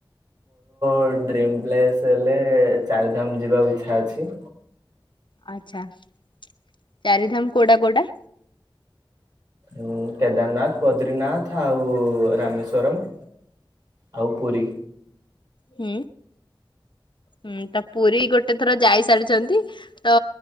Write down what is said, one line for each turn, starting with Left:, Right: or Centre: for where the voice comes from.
Right: ର ଡ୍ରିମ ପ୍ଲେସ୍ ହେଲେ ଚାରିଧାମ ଯିବାକୁ ଇଚ୍ଛା ଅଛି।
Left: ଆଛା। ଚାରିଧାମ କୋଉଟା କୋଉଟା?
Right: ଉଁ କେଦାରନାଥ। ବଦ୍ରିନାଥ ଆଉ ରାମେଶ୍ଵରମ ଆଉ ପୁରୀ।
Left: ହୁଁ। ହୁଁ ତ ପୁରୀ ଗୋଟେ ଥର ଯାଇସାରିଚନ୍ତି। ତ